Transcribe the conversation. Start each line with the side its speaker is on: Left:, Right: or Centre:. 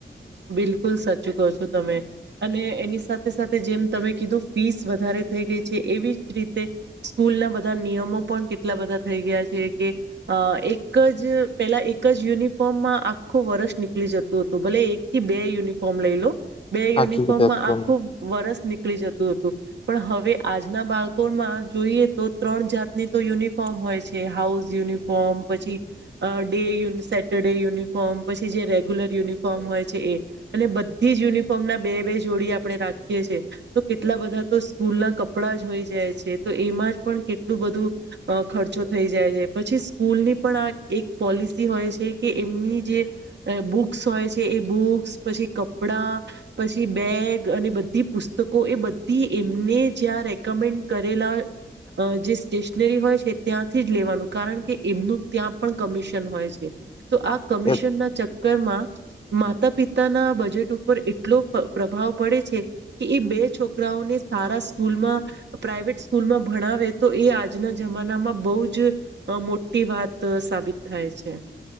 Right: બિલકુલ સાચી કહો છો તમે. અને એની સાથે સાથે જેમ તમે કીધું ફીસ વધારે થઈ ગઈ છે એવી જ રીતે સ્કૂલ ના બધા નિયમો પણ કેટલા બધા થઈ ગયા છે કે અ એક જ પેલા એક જ યુનિફોર્મમાં આખું વર્ષ નીકળી જતું હતું ભલે એક થી બે યુનિફોર્મ લઈ લો, બે
Left: સાચું
Right: યુનિફોર્મમાં
Left: કીધું
Right: આખું વરસ નીકળી જતું હતું, પણ હવે આજના બાળકોમાં જોઈએ તો ત્રણ જાતની તો યુનિફોર્મ હોય છે હાઉસ યુનિફોર્મ. પછી, ડેય સેટર્ડે યુનિફોર્મ પછી જે રેગ્યુલર યુનિફોર્મ હોય. એ, અને બધી જ યુનિફોર્મ ના બે બે જોડી આપણે રાખીએ છીએ. તો કેટલા બધા તો સ્કૂલના કપડા જ હોઈ જાય છે તો એમાં જ પણ કેટલું બધું અ ખર્ચો થઈ જાય છે પછી સ્કૂલની પણ આ એક પોલિસી હોય છે કે એમની જે અ બુક્સ હોય છે એ બુક્સ પછી કપડા. પછી બેગ અને બધી પુસ્તકો એ બધી એમને જ્યાં રેકમેન્ડ કરેલા અ જે સ્ટેશનરી હોય છે ત્યાંથી જ લેવાનું કારણ કે એમનું ત્યાં પણ કમિશન હોય છે. તો આ કમિશન
Left: એ
Right: ના ચક્કરમાં. માતા પિતાના બજેટ ઉપર એટલો પ્રભાવ પડે છે. કે એ બે છોકરાઓને સારા સ્કૂલમાં. પ્રાઈવેટ સ્કૂલમાં ભણાવે તો એ આજના જમાનામાં બહુ જ અ મોટી વાત સાબિત થાય છે.